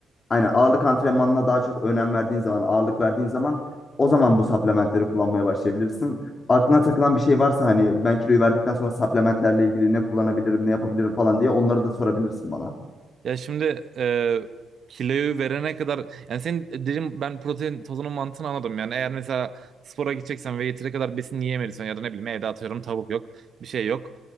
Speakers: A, on the left (about 35°); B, on the right (about 55°).
A: Aynen ağırlık antrenmanına daha çok önem verdiğin zaman, ağırlık verdiğin zaman o zaman bu supplementleri kullanmaya başlayabilirsin. Aklına takılan bir şey varsa hani ben kiloyu verdikten sonra supplementlerle ilgili ne kullanabilirim, ne yapabilirim falan diye onları da sorabilirsin bana.
B: Ya şimdi e, kiloyu verene kadar yani senin dedim ben protein tozunun mantığını anladım. Yani eğer mesela spora gideceksen ve yeteri kadar besin yiyemediysen ya da ne bileyim evde atıyorum tavuk yok bir şey yok.